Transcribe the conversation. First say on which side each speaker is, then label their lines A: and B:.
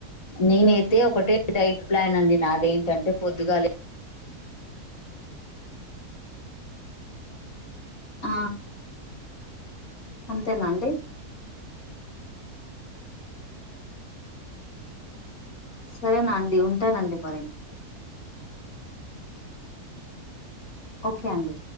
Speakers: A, on the left; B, on the left.
A: నేనైతే ఒకటే డైట్ ప్లాన్ అండి నాదేంటి ఏంటంటే పొద్దుగాలి
B: ఆ అంతేనాండి సరేనా అండి ఉంటానండి మరి ఒకే అండి